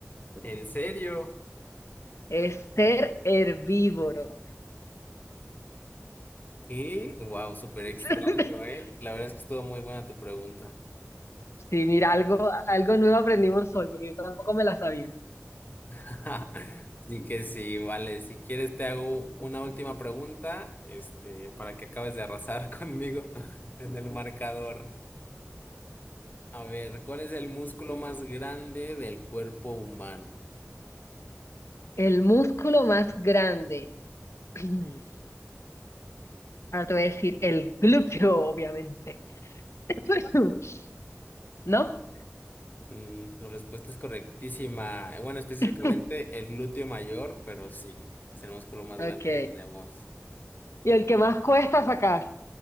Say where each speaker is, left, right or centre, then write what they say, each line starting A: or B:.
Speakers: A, on the left (about 40°); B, on the left (about 75°).
A: ¿En serio?
B: Es ser herbívoro.
A: ¡Y Wow, súper extraño,
B: <laughs>
A: ¿eh? La verdad es que estuvo muy buena tu pregunta.
B: Sí, mira, algo, algo nuevo aprendimos hoy, porque yo tampoco me la sabía.
A: <laughs> Así que sí, vale. Si quieres, te hago una última pregunta, este, para que acabes de arrasar <laughs> conmigo en el marcador. A ver, ¿cuál es el músculo más grande del cuerpo humano?
B: El músculo más grande. <clears throat> Ahora te voy a decir el glúteo, obviamente. <laughs> ¿No?
A: Mm, tu respuesta es correctísima. Bueno, específicamente
B: <laughs>
A: el glúteo mayor, pero sí, es el músculo más
B: Ok.
A: grande que tenemos.
B: Y el que más cuesta sacar.